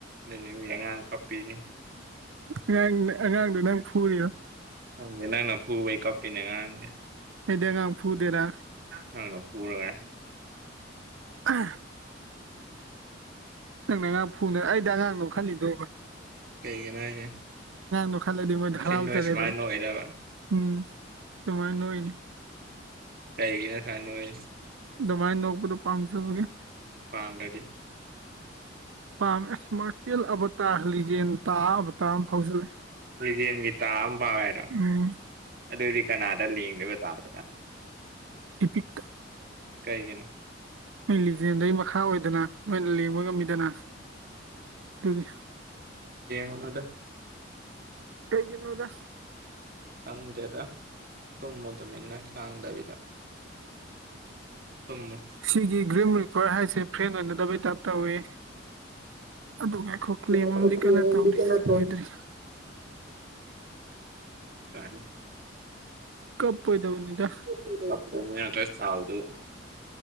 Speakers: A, on the right; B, on the right.
A: ꯅꯦꯅꯦꯍꯣꯏꯒꯤ ꯑꯉꯥꯡ ꯀꯞꯄꯤꯅꯦ
B: ꯅꯪꯅ ꯑꯉꯥꯡꯗꯣ ꯅꯪ ꯐꯨꯔꯤꯔꯣ
A: ꯈꯪꯗꯦ ꯅꯪꯅ ꯐꯨꯕꯩ ꯀꯞꯄꯤꯅꯦ ꯑꯉꯥꯡꯖꯦ
B: ꯑꯩꯗꯒ ꯐꯨꯗꯦꯔꯥ
A: ꯍꯪꯅ ꯇꯔꯒ
B: ꯑ ꯅꯪꯅ ꯑꯉꯥꯡ ꯐꯨꯅ ꯑꯩꯗꯤ ꯑꯉꯥꯡꯗꯣ ꯈꯜꯂꯤꯗꯣꯧꯕ
A: ꯀꯩꯒꯤꯅꯣ ꯍꯥꯏꯁꯦ
B: ꯅꯣꯛꯍꯜꯂꯗꯤ ꯃꯣꯏꯗꯣ ꯍꯔꯥꯎꯖꯔꯦꯗꯅ
A: ꯁꯤꯤꯟ ꯅꯣꯏ ꯁꯨꯃꯥꯏꯅ ꯅꯣꯏꯗꯕ
B: ꯎꯝ ꯇꯃꯥꯏ ꯅꯅꯦ
A: ꯀꯥꯏꯒꯤꯅ ꯈꯅ ꯑꯣꯏꯌꯦ
B: ꯑꯗꯨꯃꯥꯏꯅ ꯅꯣꯛꯄꯗꯣ ꯄꯥꯝꯖꯕꯒꯤ
A: ꯄꯥꯝꯂꯤ
B: ꯄꯥꯝꯃꯦ ꯑꯁꯃ ꯆꯦꯜꯂꯛꯑꯕ ꯇꯥꯜꯂꯤ ꯌꯦꯟ ꯇꯥꯕ ꯇꯥꯕ ꯐꯥꯎꯜꯂꯦ
A: ꯂꯤꯖꯦꯟꯒꯤ ꯇꯥꯑ ꯑꯃꯐꯥꯎ ꯍꯥꯏꯔꯣ
B: ꯎꯝ
A: ꯑꯗꯨꯗꯤ ꯀꯅꯥꯗ ꯂꯦꯡꯗꯣꯏꯕ ꯇꯥꯗꯅ
B: ꯔꯤꯄꯤꯠ
A: ꯀꯥꯏꯒꯅꯤ
B: ꯃꯣꯏ ꯂꯤꯖꯦꯜꯗꯒꯤ ꯃꯈꯥ ꯑꯣꯏꯗꯅ ꯂꯣꯏꯅ ꯂꯦꯡꯕ ꯉꯝꯃꯤꯗꯅ ꯑꯗꯨꯒꯤ
A: ꯌꯦꯡꯉꯗ
B: ꯀꯩꯒꯤꯅꯣꯗ
A: ꯈꯪꯗꯦꯗ ꯇꯨꯝꯃꯨ ꯇꯨꯃꯤꯟꯅ ꯂꯥꯡꯗꯕꯤꯗ <unintelligible> ꯑꯗꯨꯗ
B: ꯁꯤꯒꯤ ꯒ꯭ꯔꯤꯝ ꯔꯤꯄꯔ ꯍꯥꯏꯁꯦ ꯐ꯭ꯔꯦꯟ ꯑꯣꯏꯅꯗꯕꯩ ꯇꯥꯏꯞ ꯇꯧꯋꯦ ꯑꯗꯨ ꯉꯥꯏꯈꯣ ꯀ꯭ꯂꯦꯝ
A: ꯍ
B: ꯑꯃꯗꯤ
A: ꯍꯛꯂꯤꯅꯦ
B: ꯀꯟꯅ ꯇꯧꯔꯤ
A: ꯏꯗꯤ ꯀꯦꯅꯥ ꯇꯥꯏ
B: ꯂꯣꯏꯗ꯭ꯔꯤ
A: ꯆ
B: ꯀꯞꯄꯣꯏꯗꯕꯅꯤꯗ
A: ꯁꯇꯅꯤ ꯅꯠꯇ ꯁꯥꯎꯗ